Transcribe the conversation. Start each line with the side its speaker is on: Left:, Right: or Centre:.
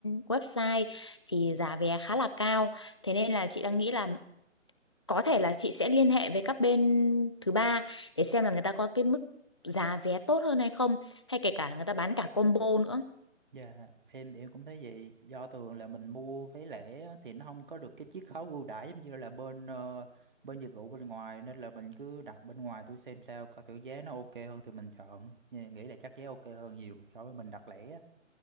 Left: website thì giá vé khá là cao, thế nên là chị đang nghĩ là có thể là chị sẽ liên hệ với các bên thứ ba để xem là người ta có cái mức giá vé tốt hơn hay không hay kể cả là người ta bán cả combo nữa
Right: Dạ, em em cũng thấy vậy. Do thường là mình mua vé lẻ á, thì nó không có được cái chiết khấu ưu đãi giống như là bên ờ, bên dịch vụ bên ngoài nên là mình cứ đặt bên ngoài thử xem sao coi thử giá nó ok hơn thì mình chọn. Nhưng nghĩ là chắc giá ok hơn nhiều so với mình đặt lẻ. á.